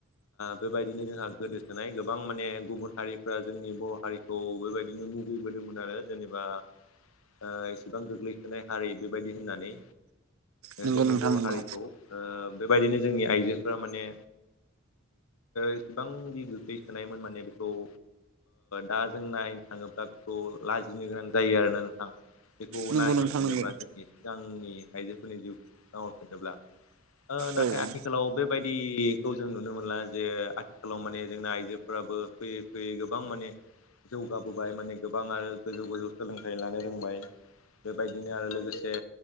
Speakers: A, on the left (about 85°); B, on the right (about 85°).
A: बेबायदिनो जोंहा गोदोसोनाय गोबां माने गुबुन हारि जोंनि बर' हारिखौ बेबायदिनो मुगैबोदोंमोन आरो जेनेबा ओ एसेबां गोग्लैसोनाय हारि बेबायदि होननानै
B: नंगौ
A: जोंनि
B: नोंथां
A: बर'
B: नंगौ
A: हारिखौ बेबायदिनो जोंनि आइजोफोरा माने इसिबांखि गोग्लैसोनायमोन माने बेखौ दा जों नायनो थाङोब्ला बेखौ लाजिनो गोनां जायो आरोना नोंथां बेखौ
B: नंगौ
A: नायहरफिनोबा
B: नोंथां नंगौ
A: जोंनि सिगांनि आइजोफोरनि जिउ नायहरफिनोब्ला नाथाय
B: औ
A: आथिखालाव
B: औ
A: बेबायदिखौ जों नुनो मोनला जे आथिखालाव माने जोंना आइजोफोराबो फैयै फैयै गो गोबां माने जौगाबोबाय माने गोबां आरो गोजौ गोजौ सोलोंथाइ लानो रोंबाय। बेबायदिनो आरो लोगोसे